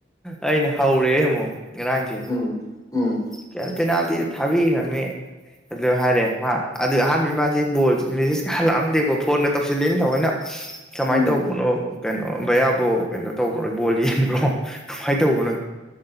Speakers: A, in the centre; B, on the left.
A: ꯑꯩꯅ ꯍꯧꯔꯦ ꯏꯃꯛ ꯉꯥꯡꯁꯦ
B: ꯎꯝ ꯎꯝ
A: ꯀ ꯄꯦꯅꯥꯜꯇꯤꯗ ꯊꯥꯕꯤꯈ꯭ꯔꯅꯤ ꯑꯗꯨ ꯍꯥꯏꯔꯦ ꯃꯥ ꯑꯗꯨ ꯑꯍꯥꯟꯕꯒꯤ ꯃꯥꯁꯦ ꯕꯣꯜꯁꯦ ꯃꯦꯁꯦꯁꯀ ꯍꯜꯂꯛꯑꯝꯗꯦꯀꯣ ꯐꯣꯟꯗꯣ ꯇꯧꯁꯤꯜꯂꯦꯅꯦ ꯊꯥꯑꯣꯏꯅ ꯀꯃꯥꯏꯅ
B: ꯎꯝ
A: ꯇꯧꯕꯅꯣ ꯀꯩꯅꯣ ꯕꯌꯥꯕꯣ ꯀꯩꯅꯣ ꯇꯧꯕ ꯅꯣ ꯕꯣꯜ ꯌꯦꯟꯕ꯭ꯔꯣ ꯀꯃꯥꯏꯅ ꯇꯧꯕꯅꯣ